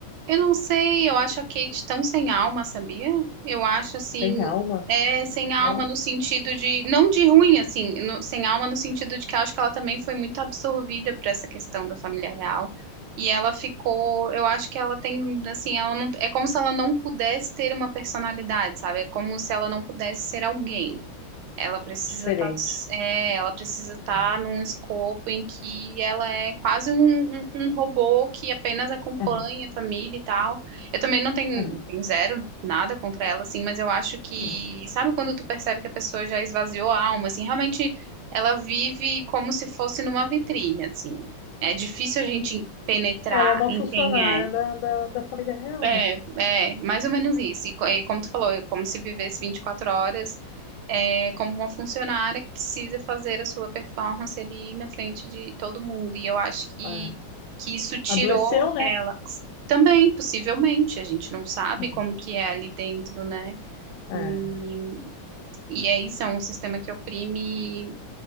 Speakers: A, on the right (about 85°); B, on the left (about 80°).
A: Eu não sei, eu acho a Kate tão sem alma, sabia? Eu acho assim,
B: tem alma.
A: é sem alma
B: Nossa,
A: no sentido de, não de ruim, assim, no- sem alma no sentido de que eu acho que ela também foi muito absorvida por essa questão da família real. E ela ficou, eu acho que ela tem, assim, ela não, é como se ela não pudesse ter uma personalidade, sabe? É como se ela não pudesse ser alguém. Ela precisa
B: diferente.
A: estar, é, ela precisa estar
B: É,
A: num escopo em que ela é quase um, um, um robô que apenas acompanha
B: Uhum,
A: a família e tal. Eu também não tenho,
B: uhum,
A: tenho zero nada contra ela, assim, mas eu acho que,
B: uhum.
A: sabe quando tu percebe que a pessoa já esvaziou a alma, assim, realmente ela vive como se fosse numa vitrine, assim. É difícil a gente penetrar
B: Ela é uma
A: em
B: funcionária
A: quem é.
B: da, da, da família real,
A: É,
B: né?
A: é, mais ou menos isso. E, co- e como tu falou, é como se vivesse 24 horas, é, como uma funcionária que precisa fazer a sua performance ali na frente de todo mundo. E eu acho que,
B: Ah,
A: que isso tirou
B: Adoeceu, né?
A: ela. Também, possivelmente, a gente não sabe
B: Hum,
A: como que é ali dentro, né?
B: É,
A: E, e é isso, é um sistema que oprime